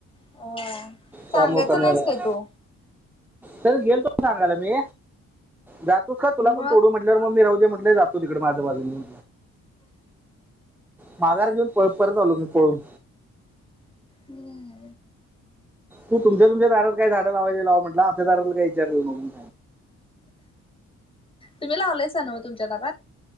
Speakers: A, on the left; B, in the centre.
A: अ सांगायचं
B: त्यामुळेका मिळाला
A: नाहीस काय तू
B: तर गेलण सांगायला मी जातोस का तुला
A: मग
B: पण तोडू म्हटल्यावर मग मी राहू दे म्हटले जात तिकडे माझ्या बाजूला माघार घेऊन परत आलो मी पळून
A: हम्म
B: तू तुमच्या तुच्या दारात काय झाडं लावाय लाव म्हटलं आच्या दारातला का विचार येऊ नको
A: तुम्ही लावलायच ना तुमच्या दावात